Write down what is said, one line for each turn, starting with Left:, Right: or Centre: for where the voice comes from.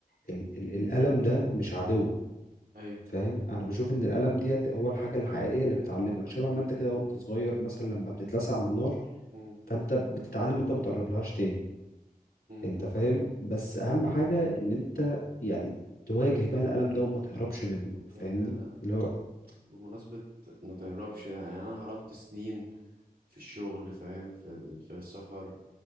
Left: ال الألم ده مش عدو
Right: ايوه
Left: فاهم انا بشوف ان الالم ديت هو الحاجه الحقيقيه اللي بتعلمك شبه ما انت كده وانت صغير مثلا لما بتتلسع من النار
Right: امم
Left: فانت بتتعلم انت ما تقربلهاش تاني
Right: امم
Left: انت فاهم بس اهم حاجه ان انت يعني تواجه بقى الالم ده وما تهربش منه
Right: يعني
Left: فاهمني
Right: أنا
Left: اللي هو
Right: بمناسبة ما تهربش يعني أنا هربت سنين في الشغل فاهم في ال... في السفر